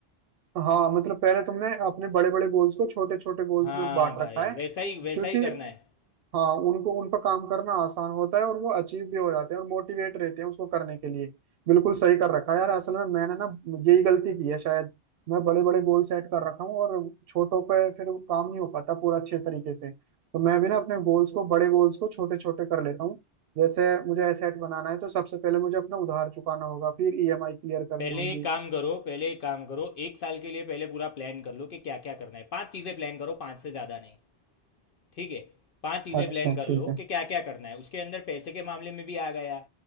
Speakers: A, on the right; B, on the left.
A: हाँ मतलब पहले तुमने अपने बड़े बड़े गोल्स को छोटे छोटे गोल्स
B: हाँ
A: में बांट
B: भाई
A: रखा है
B: वैसा ही वैसा
A: क्योंकि
B: ही करना है
A: हाँ उनको उन पर काम करना आसान होता है और वो अचीव भी हो जाते हैं और मोटिवेट रहते हैं उसको करने के लिए बिल्कुल सही कर रखा है यार असल में मैंने ना यही गलती की है शायद मैं बड़े बड़े गोल सेट कर रखा हूँ और छोटों पे फिर काम नहीं हो पाता पूरा अच्छे तरीके से तो मैं भी ना अपने गोल्स को बड़े गोल्स को छोटे छोटे कर लेता हूँ जैसे मुझे एसेट बनाना है तो सबसे पहले मुझे अपना उधार चुकाना होगा फिर ईएमआई क्लियर करनी
B: पहले
A: होगी
B: एक काम करो पहले एक काम करो एक साल के लिए पहले पूरा प्लान कर लो कि क्या क्या करना है पांच चीज़ें प्लान करो पांच से ज़्यादा नहीं ठीक है पांच चीज़ें
A: अच्छा
B: प्लान कर
A: ठीक
B: लो
A: है
B: कि क्या क्या करना है उसके अंदर पैसे के मामले में भी आ गया